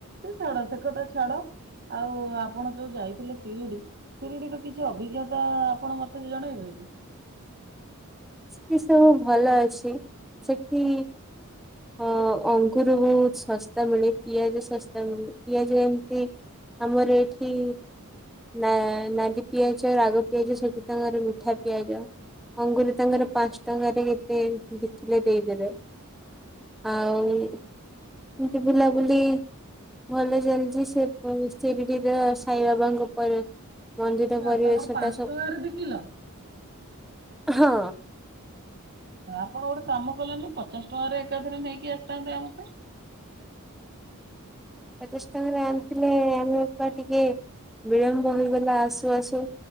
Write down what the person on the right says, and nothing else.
ହେ ଛାଡ଼ ସେ କଥା ଛାଡ଼। ଆଉ ଆପଣ ଯୋଉ ଯାଇଥିଲେ ଶିରିଡି ଶିରିଡିର କିଛି ଅଭିଜ୍ଞତା ଆପଣ ମତେ ବି ଜଣେଇବେ କି?
ନା ନା
ତାଙ୍କର ପାଞ୍ଚ
ଟଙ୍କାରେ ଦି କିଲୋ।
ଆ ଆପଣ ଗୋଟେ କାମ କଲେନି ପଚାଶ ଟଙ୍କାରେ ଏକାଥରେ ନେଇକି ଆସିଥାନ୍ତେ ଆମ ପାଇଁ।